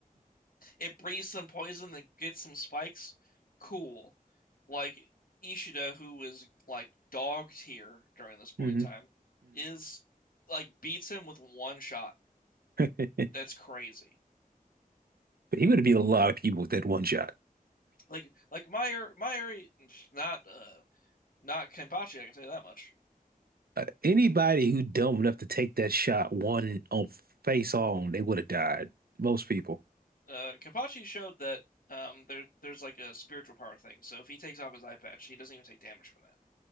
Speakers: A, on the left; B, on the right.
A: It breathes some poison and gets some spikes. Cool. Like Ishida, who is like dog tier during this point
B: <laughs>
A: in time,
B: Mm-hmm.
A: is like beats him with one shot.
B: Mm-hmm.
A: that's
B: <laughs>
A: crazy.
B: But he would have beat a lot of people with that one shot.
A: Like like Meyer Meyer not uh not Kenpachi, I can say that much.
B: Uh, anybody who dumb enough to take that shot one on face on, they would have died. Most people.
A: Uh Kenpachi showed that um there there's like a spiritual power thing. So if he takes off his eye patch, he doesn't even take damage from that.